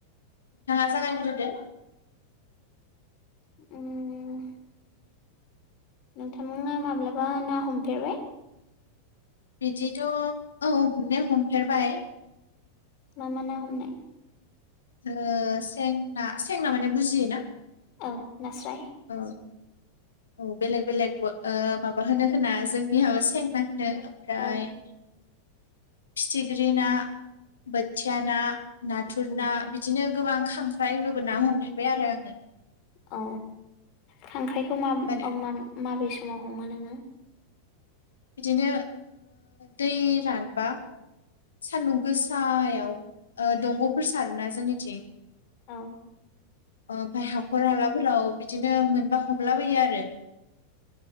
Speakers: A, on the left (about 70°); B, on the left (about 40°).
A: जायग्रोदो।
B: उम। नोंथांमोनहा माब्लाबा ना हमफेरबाय?
A: बिदिथ औ हमनाया हमफेरबाय।
B: मा मा ना हमनाय?
A: जों सें ना सेंना माने बुजिय ना?
B: औ नास्राय
A: औ औ बेलेग बेलेग माबा होनो खोमा जोंनियाव माबा सें ना होनो ओमफ्राय
B: औ
A: फिथिख्रि ना बोथिया ना नाथुर
B: उम
A: ना बिदिनो गोबां खांख्राय नुबोना हमबोबाय आरो आङो।
B: औ खांख्राय <inaudible>
A: माने
B: माबे समाव हमो नोङो?
A: बिदिनो दै रानबा सान्दुं गोसायाव दंगफोर सारोना जोंनिथिं।
B: औ
A: अ बेहाय। हखर हालाफोराव बिदिनो मोनबा हमला बायो आरो